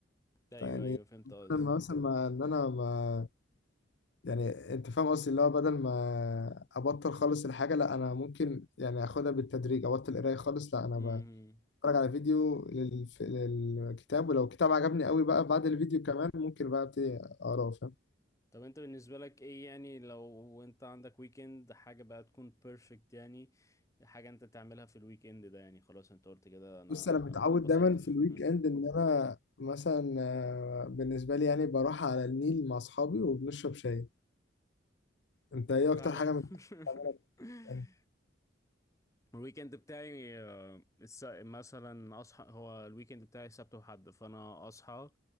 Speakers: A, on the left (about 15°); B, on the left (about 65°).
A: ايوه
B: فيعني
A: ايوه فهمت قصدك
B: بدل ما مثلا ما إن أنا ما يعني أنت فاهم قصدي اللي هو بدل ما أبطل خالص الحاجة لا أنا ممكن يعني أخدها بالتدريج أبطل قراية خالص لا أنا
A: امم
B: بتفرج على فيديو لل... للكتاب ولو كتاب عجبني قوي بقى بعد الفيديو كمان ممكن بقى أبتدي أقراه فاهم
A: طب انت بالنسبه لك ايه يعني لو انت عندك ويكند حاجه بقى تكون بيرفكت يعني حاجه انت تعملها في الويكند ده يعني خلاص انت قلت كده انا
B: بص انا متعود
A: انبسطت
B: دايما
A: في
B: في الويك اند ان انا مثلا آه، بالنسبه لي يعني بروح على النيل مع اصحابي وبنشرب شاي انت ايه اكتر
A: فعلا
B: حاجه من بتعملها
A: <laughs>
B: يعني
A: الويكند بتاعي آه، الس- مثلا اصحى هو الويكند بتاعي سبت وحد فانا اصحى